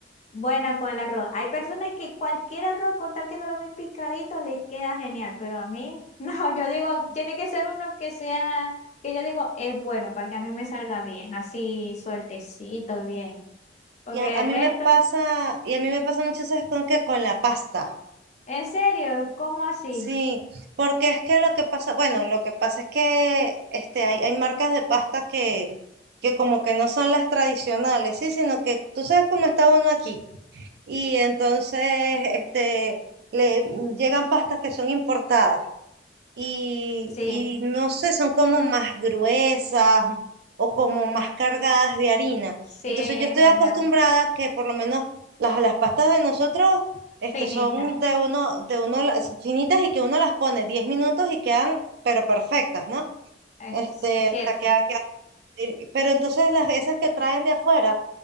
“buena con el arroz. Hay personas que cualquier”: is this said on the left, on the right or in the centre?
Left